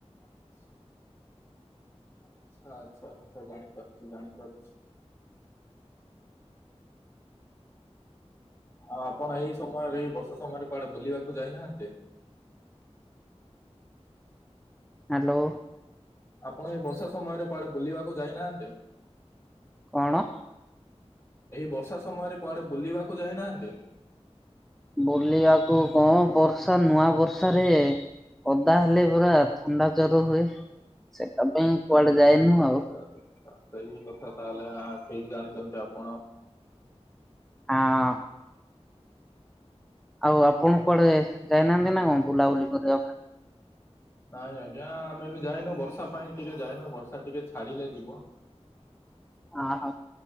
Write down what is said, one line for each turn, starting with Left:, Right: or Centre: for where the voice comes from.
Left: ଆଚ୍ଛ। ଆଚ୍ଛା ଆଛା ଆଚ୍ଛା ଜାଣି ପାରୁଛି ଜାଣିପାରୁଛି। ଆ ଆପଣ ଏଇ ସମୟରେ ଏଇ ବର୍ଷା ସମୟରେ କୁଆଡେ ବୁଲିବାକୁ ଯାଇନାହାନ୍ତି।
Centre: <inaudible> ହ୍ୟାଲୋ।
Left: ଆପଣ ଏଇ ବର୍ଷା ସମୟରେ କଆଡେ ବୁଲିବାକୁ ଯାଇନାହାନ୍ତି।
Centre: କଣ।
Left: ଏହି ବର୍ଷା ସମୟରେ କୁଆଡେ ବୁଲିବାକୁ ଯାଇନାହାନ୍ତି।
Centre: ବୁଲିବାକୁ କଣ ବର୍ଷା ନୂଆ ବର୍ଷା ରେ ଓଦା ହେଲେ ପୁରା ଥଣ୍ଡା ଜର ହୁଏ ସେ ତା ପାଇଁ
Left: ଆଚ୍ଛା
Centre: କୁଆଡ଼େ
Left: ଆଚ୍ଛା
Centre: ଯାଇନୁ
Left: ଆଚ୍ଛା
Centre: ଆଉ।
Left: ଆଚ୍ଛା ସେଇ କଥା ତାହେଲେ ଠିକ୍ ଜାଣିଛନ୍ତି ଆପଣ।
Centre: ହଁ। ଆଉ ଆପଣ କୁଆଡେ ଯାଇନାହାନ୍ତି ନା କଣ ବୁଲାବୁଲି କରିବା ପାଇଁ।
Left: ନାଇଁ ଆଜ୍ଞା ଆମେ ବି ଯାଇନୁ ବର୍ଷା ପାଇଁ ଟିକେ ଯାଇନୁ ବର୍ଷା ଟିକେ ଛାଡ଼ିଲେ ଯିବୁ।
Centre: <inaudible> ଆ ହଁ।